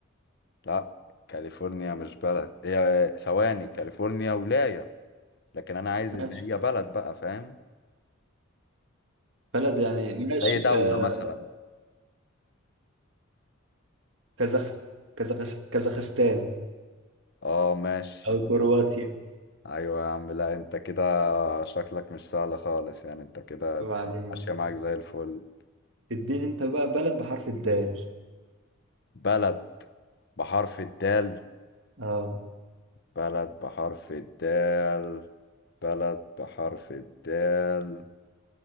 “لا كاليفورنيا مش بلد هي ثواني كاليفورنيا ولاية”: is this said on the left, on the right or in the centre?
Left